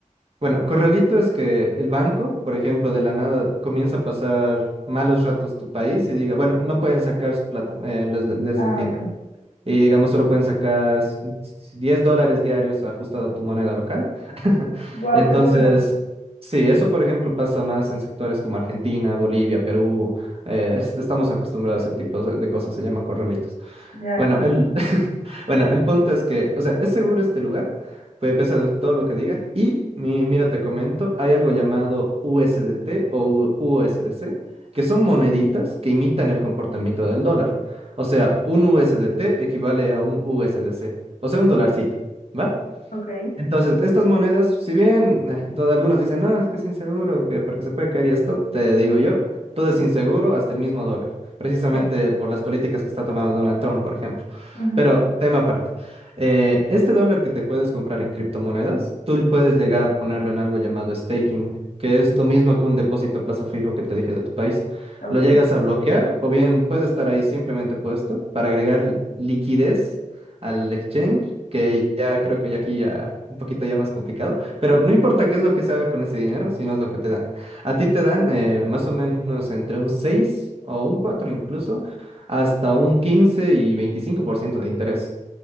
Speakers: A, on the right; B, on the left.
A: Bueno, corralito es que el banco, por ejemplo, de la nada comienza a pasar malos ratos tu país y diga, bueno, no pueden sacar su plata, eh, les, les
B: Ah,
A: detiene.
B: ok.
A: Y digamos, solo pueden sacar s- s- 10 dólares diarios ajustado a tu moneda local. <laughs>
B: Wow,
A: Entonces,
B: qué feo.
A: sí, eso, por ejemplo, pasa más en sectores como Argentina, Bolivia, Perú. eh, es- estamos acostumbrados a ese tipo de de cosas, se llama corralitos.
B: Ya,
A: Bueno,
B: con
A: el,
B: razón.
A: <laughs> bueno, el punto es que, o sea, es seguro este lugar, pues a pesar de todo lo que digan. Y mi- mira, te comento, hay algo llamado USDT o U- USDC, que son moneditas que imitan el comportamiento del dólar. O sea, un USDT equivale a un USDC, o sea, un dolarcito, ¿va?
B: Ok,
A: Entonces, estas monedas, si bien eh, to- algunos dicen, no, es que es inseguro, que porque se puede caer y esto, te digo yo, todo es inseguro hasta el mismo dólar, precisamente
B: sí.
A: por las políticas que está tomando Donald Trump, por ejemplo.
B: ujú,
A: Pero tema aparte, eh, este dólar que te puedes comprar en criptomonedas, tú puedes llegar a ponerlo en algo llamado staking, que es lo mismo que un depósito a plazo fijo que te dije de tu país.
B: Ok,
A: Lo llegas a bloquear o bien puede estar ahí simplemente puesto para agregar liquidez al exchange que ya creo que ya aquí ya un poquito ya más complicado, pero no importa qué es lo que se haga con ese dinero, sino es lo que te dan. A ti te dan eh, más o menos entre un 6 o un 4 incluso, hasta un 15 y 25% de interés